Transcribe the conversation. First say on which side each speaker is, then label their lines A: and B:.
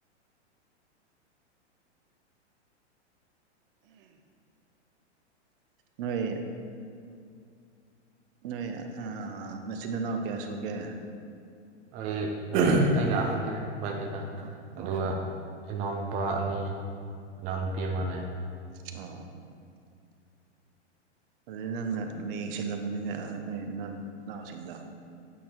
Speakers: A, on the right; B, on the right.
A: ꯅꯣꯏꯣꯏ ꯅꯣꯏ ꯃꯆꯤꯟ ꯏꯅꯥꯎ ꯀꯌꯥ ꯁꯨꯒꯦ
B: ꯑꯩ ꯑꯩꯅ ꯑꯍꯟꯅ ꯂꯩ ꯈ꯭ꯋꯥꯏꯗꯒꯤ ꯑ
A: ꯑꯣ
B: ꯑꯗꯨꯒ ꯏꯅꯥꯎ ꯅꯨꯄꯥ ꯑꯅꯤ ꯏꯅꯥꯎꯅꯨꯄꯤ ꯑꯃꯅꯦ
A: ꯑ ꯑꯗꯨꯗꯤ ꯅꯪꯅ ꯌꯦꯡꯁꯤꯜꯂꯝꯕꯅꯤꯅꯦ ꯅ ꯅꯪ ꯅꯅꯥꯎꯁꯤꯡꯗ